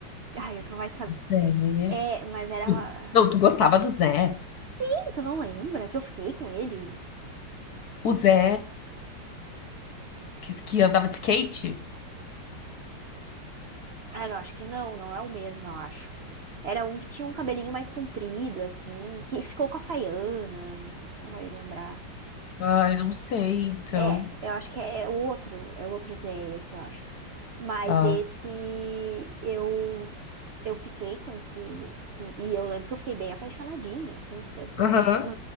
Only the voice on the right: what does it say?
Ai, tu não vai saber.
É, mas era.
Ih, Tu não lembra que eu fiquei com ele?
Ah, eu acho que não, não é o mesmo, eu acho. Era um que tinha um cabelinho mais comprido, assim, que ficou com a Faiana. Acho que Não vai lembrar.
É, eu acho que é o outro, é o outro Zé, esse, eu acho. Mas
esse eu eu fiquei com esse com- e eu lembro que eu fiquei bem apaixonadinha assim um tempo,
<laughs>